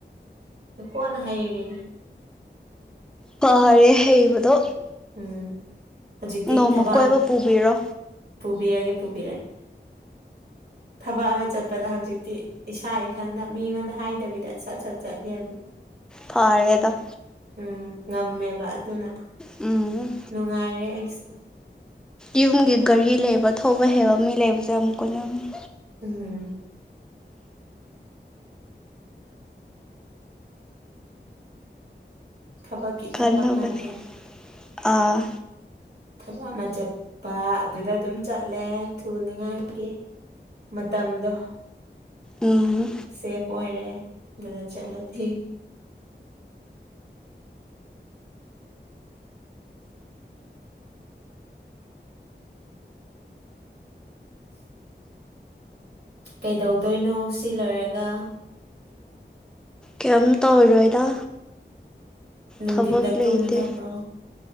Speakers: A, on the right (about 60°); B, in the centre.
A: ꯑꯗꯨ ꯀꯣꯟꯅ ꯍꯔꯔꯤꯅꯦ
B: ꯐꯔꯦ ꯍꯩꯕꯗꯣ
A: ꯎꯝ ꯍꯧꯖꯤꯛꯇꯤ
B: ꯅꯣꯡꯃ
A: ꯊꯕꯛ
B: ꯀꯣꯏꯕ
A: ꯑꯃ
B: ꯄꯨꯕꯤꯔꯣ
A: ꯄꯨꯕꯤꯔꯒꯦ ꯄꯨꯕꯤꯔꯒꯦ ꯊꯕꯛ ꯑꯃ ꯆꯠꯄꯗ ꯍꯧꯖꯤꯛꯇꯤ ꯏꯁꯥ ꯏꯊꯟꯗ ꯃꯤꯉꯣꯟꯗ ꯍꯥꯏꯗꯕꯤꯗ ꯁꯠ ꯁꯠ ꯆꯠꯂꯦ
B: ꯐꯥꯔꯦꯗ
A: ꯎꯝ ꯉꯝꯃꯦꯕ ꯑꯗꯨꯅ
B: ꯎꯝ
A: ꯅꯨꯡꯉꯥꯏꯔꯦ ꯑꯩꯁꯨ
B: ꯌꯨꯝꯒꯤ ꯒꯥꯔꯤ ꯂꯩꯕ ꯊꯧꯕ ꯍꯩꯕ ꯃꯤ ꯂꯩꯕꯁꯦ ꯌꯥꯝ ꯀꯣꯅꯕꯅꯦ
A: ꯎꯝ ꯊꯕꯛ
B: ꯐꯟꯅꯕꯅꯦ
A: ꯉꯥꯛꯇꯅꯤ
B: ꯑꯥ
A: ꯊꯕꯛ ꯑꯃ ꯆꯠꯄ ꯑꯗꯨꯗ ꯑꯗꯨꯝ ꯆꯠꯂꯦ ꯊꯨꯅꯤꯡꯉꯥꯏꯒꯤ ꯃꯇꯝꯗꯣ
B: ꯎꯝ
A: ꯁꯦꯐ ꯑꯣꯏꯔꯦ ꯑꯗꯨꯗ ꯆꯠꯂꯗꯤ ꯀꯩꯗꯧꯗꯣꯏꯅꯣ ꯁꯤ ꯂꯣꯏꯔꯒ
B: ꯀꯩꯝ ꯇꯧꯔꯣꯏꯗ
A: ꯅꯨꯡꯊꯤꯟꯗ
B: ꯊꯕꯛ ꯂꯩꯇꯦ
A: ꯇꯨꯝꯗꯕ꯭ꯔꯣ